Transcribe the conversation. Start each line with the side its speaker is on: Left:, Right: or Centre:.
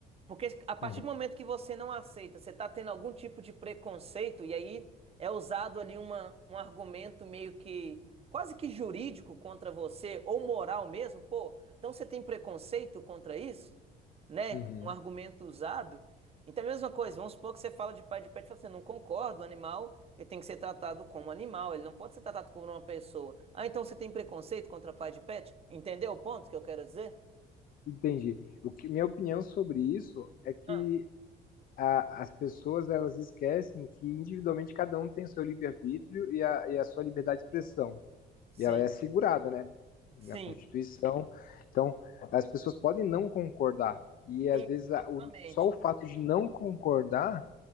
Right: Porque a partir
Left: Uhum.
Right: do momento que você não aceita, você está tendo algum tipo de preconceito, e aí é usado ali uma, um argumento meio que quase que jurídico contra você, ou moral mesmo, pô, então você tem preconceito contra isso? Né?
Left: Uhum.
Right: Um argumento usado. Então é a mesma coisa, vamos supor que você fala de pai de pet você não concorda? o animal ele tem que ser tratado como animal, ele não pode ser tratado como uma pessoa. Ah, então você tem preconceito contra pai de pet? Entendeu o ponto que eu quero dizer?
Left: Entendi. O que, minha opinião sobre isso é que
Right: Ah,
Left: a- as pessoas elas esquecem que individualmente cada um tem o seu livre-arbítrio e a, e a sua liberdade de expressão.
Right: sim,
Left: E ela é assegurada, né?
Right: sim.
Left: Na Constituição. Então, as pessoas podem não concordar. E às
Right: Sim,
Left: vezes a-
Right: justamente.
Left: o- só o fato de não concordar